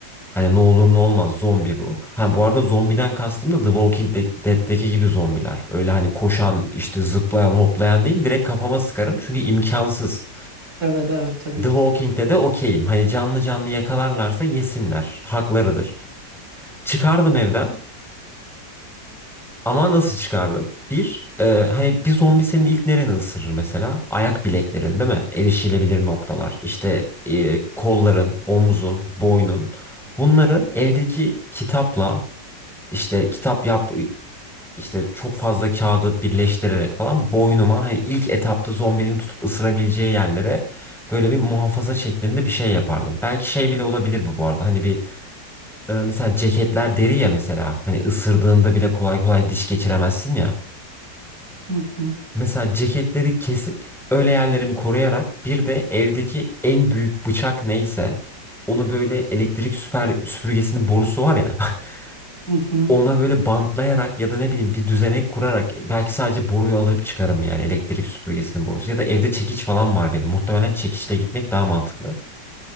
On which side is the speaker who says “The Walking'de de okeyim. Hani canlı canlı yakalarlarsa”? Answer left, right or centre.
Centre